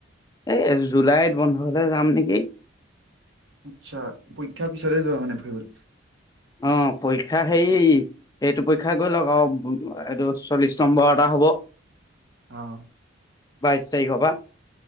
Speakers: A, on the left; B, on the right.
A: এই জুলাইত বন্ধ হলে যাম নেকি?
B: আচ্ছা পৰীক্ষাৰ পিছতে যোৱা মানে ফুৰিবলে।
A: অ', পৰীক্ষা <unintelligible> এইটো পৰীক্ষা কৰি লওক আৰু এইটো চল্লিশ নম্বৰ এটা হ'ব।
B: অ',
A: বাইশ তাৰিখ পৰা।